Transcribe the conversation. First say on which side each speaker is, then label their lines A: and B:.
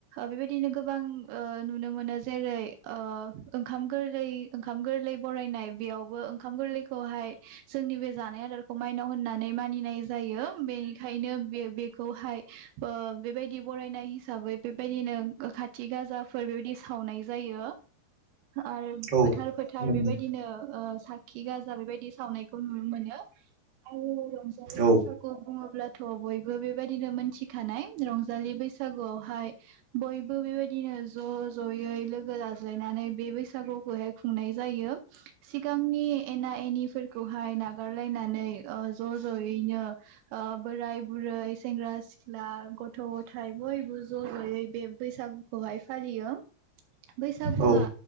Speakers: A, on the right (about 80°); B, on the right (about 40°).
A: बेबायदिनो गोबां ओ नुनो मोनो जेरै ओ ओह ओंखाम गोरलाय ओंखाम गोरलै बरायनाय बेयावबो ओंखाम गोरलैखौहाय जोंनि बे जानाय आदारखौ माइनाव होननानै मानिनाय जायो बेनिखायनो बे -बेखौहाय ओ बेबायदि बरायनाय हिसाबै बेबायदिनो खाथि गाजाफोर बेबायदि सावनाय जायो आरो
B: औ
A: फोथार फोथार
B: नंगौ
A: बेबायदिनो साखि गाजा बेबायदि सावनायखौ नुनो मोनो आरो रंजालि
B: औ
A: बैसागु खौ बुङोब्लाथ' बयबो बेबायदिनो मोनथिखानाय रंजालि बैसागुआवहाय बय बेबायदिनो ज' ज'यै लोगो लाज्लायनानै बे बैसागुखौहाय खुंनाय जायो सि सिगांनि एना एनिफोरखौहाय नागारलायनानै ओ ज' ज'यैनो ओ बोराय बुरै सेंग्रा सिख्ला गथ' गथायाइ बयबो ज' ज'यै बे बैसागुखौहाय फालियो बैसागुआ
B: औ